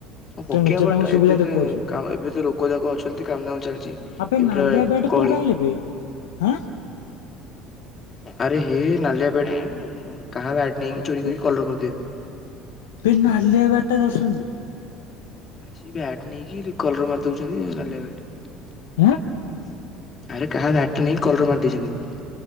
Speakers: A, on the left; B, on the left.
A: ତୁ
B: ପକେଇବା
A: ତ ନିଜେ ତାଙ୍କୁ
B: ଏବେ ଟାଇଟ୍
A: ସୁବିଧା
B: ତ
A: ଦେଖଉଛୁ
B: ଏବେ ଆ ଲୋକ ଯାକ ଅଛନ୍ତି କାମ ଦାମ ଚାଲିଛି
A: ଆବେ
B: ଏବେ
A: ନାଲିଆ
B: ତ
A: ବ୍ୟାଟ୍
B: ଗହଳି
A: କୋଉଠୁ ଆଣିଲେ ବେ ଆଁ।
B: ଆରେ ହେ ନାଲିଆ। <unintelligible> କାହା ବ ଆଟ୍
A: କାହାର
B: ନେଇକି
A: ଆଇଛି
B: ଚୋରି କରିକିଲର୍ କରିଦେବେ।
A: <unintelligible>
B: ଆ ସେ ବ୍ୟାଟ ନେଇକି ରିକଳର ମାରି ଦଉଛନ୍ତି ନାଲିଆ ବ୍ୟାଟ ଟେ
A: ଆଁ
B: ଆରେ କାହା ବ୍ୟାଟ ନେଇକି କଲର୍ ମାରି <unintelligible>